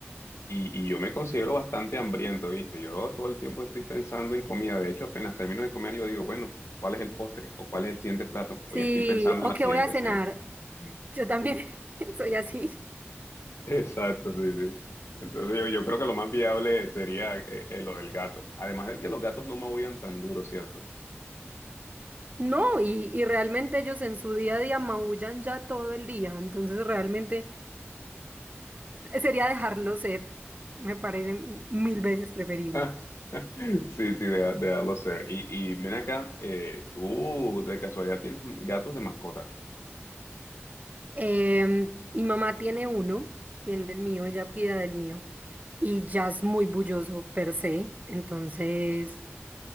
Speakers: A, on the left; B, on the right.
A: Y, y yo me considero bastante hambriento, ¿viste? Yo todo el tiempo estoy pensando en comida. De hecho, apenas termino de comer, yo digo, bueno, ¿cuál es el postre? ¿O cuál es el siguiente plato? O
B: Sí,
A: ya estoy pensando
B: o
A: en la
B: qué
A: siguiente
B: voy a cenar.
A: cena. <laughs>
B: Yo también <laughs> soy así.
A: Exacto, sí, sí. Entonces yo, yo creo que lo más viable sería eh, eh, lo del gato. Además de que los gatos no maullan tan duro, ¿cierto?
B: No, y, y realmente ellos en su día a día maullan ya todo el día, entonces realmente eh, sería dejarlo ser, me parece m- mil veces preferible.
A: <laughs> Sí, sí, de, de darlo ser. Y, y ven acá, eh, ¿tú de casualidad tienes gatos de mascota?
B: Em, mi mamá tiene uno, tiene el mío, ella cuida del mío, y ya es muy bulloso per se, entonces,